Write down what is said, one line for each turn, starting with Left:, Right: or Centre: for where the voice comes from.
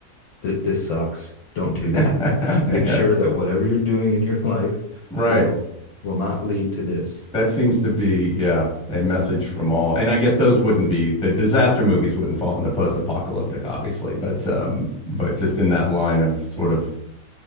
Left: Th this sucks. Don't do that.
Centre: <laughs>
Left: <laughs> Make
Centre: Yeah.
Left: sure that whatever you're doing in your <laughs> life
Centre: Right.
Left: will, will not lead to this.
Centre: That seems to be, yeah, a message from all. And I guess those wouldn't be the disaster movies wouldn't fall into post-apocalyptic, obviously, but um, but just in that line of sort of